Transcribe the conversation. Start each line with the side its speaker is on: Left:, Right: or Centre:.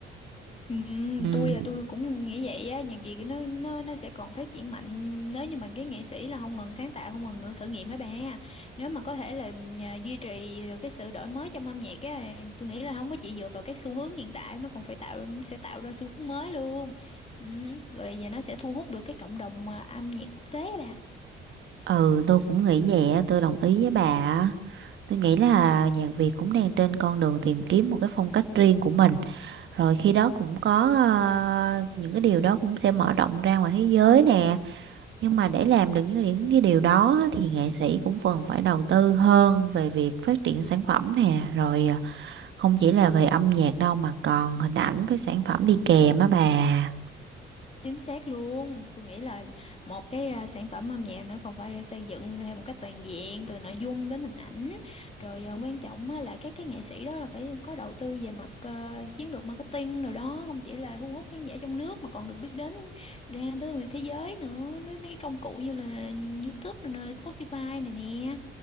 Left: Ừ,
Right: ừ,
Left: tôi là tôi cũng nghĩ vậy á nhạc Việt nó nó nó sẽ còn phát triển mạnh nếu như mà cái nghệ sĩ là không ngừng sáng tạo không ngừng ngự- thử nghiệm hả bà ha nếu mà có thể là nhà, duy trì được cái sự đổi mới trong âm nhạc á tôi nghĩ là không có chỉ dựa vào các xu hướng hiện tại nó còn phải tạo sẽ tạo ra xu hướng mới luôn ừ, rồi giờ nó sẽ thu hút được cái cộng đồng mà âm nhạc quốc tế á bà
Right: ừ tôi cũng nghĩ vậy á tôi đồng ý với bà á Tôi nghĩ là nhạc Việt cũng đang trên con đường tìm kiếm một cái phong cách riêng của mình. Rồi khi đó cũng có ờ, những cái điều đó cũng sẽ mở rộng ra ngoài thế giới nè. Nhưng mà để làm được những cái, những cái điều đó á, thì nghệ sĩ cũng cần phải đầu tư hơn về việc phát triển sản phẩm nè. Rồi ờ, không chỉ là về âm nhạc đâu mà còn hình ảnh với sản phẩm đi kèm á bà.
Left: chính xác luôn tôi nghĩ là một cái à, sản phẩm âm nhạc nó còn phải được xây dựng theo một cách toàn diện từ nội dung đến hình ảnh rồi à, Ừ, quan trọng á là các cái nghệ sĩ đó là phải có đầu tư về mặt ờ, chiến lược marketing rồi đó không chỉ là thu hút khán giả trong nước mà còn được biết đến ra tới người thế giới nữa với mấy cái công cụ như là YouTube rồi nè, Spotify này nè